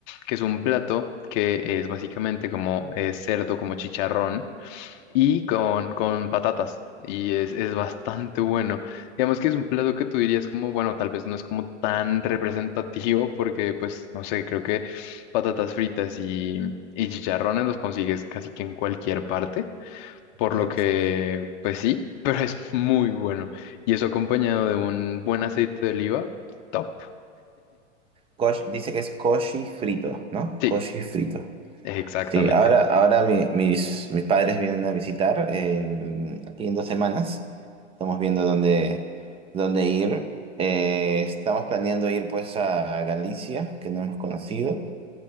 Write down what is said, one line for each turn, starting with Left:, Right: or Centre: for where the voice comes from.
Left: que es un plato que es básicamente como eh, cerdo, como chicharrón, y con, con patatas. Y es, es bastante bueno. Digamos que es un plato que tú dirías como, bueno, tal vez no es como tan representativo porque, pues, no sé, creo que patatas fritas y, y chicharrones los consigues casi que en cualquier parte. Por
Right: <laughs>
Left: lo que, pues sí, <laughs> pero es muy bueno. Y eso acompañado de un buen aceite de oliva, top.
Right: Cosh- dice que es coshi frito, ¿no?
Left: Sí,
Right: Coshi frito.
Left: exactamente.
Right: Sí, ahora, ahora mi- mis, mis padres vienen a visitar eh, aquí en dos semanas. Estamos viendo dónde, dónde ir. Eh, estamos planeando ir pues a Galicia, que no hemos conocido.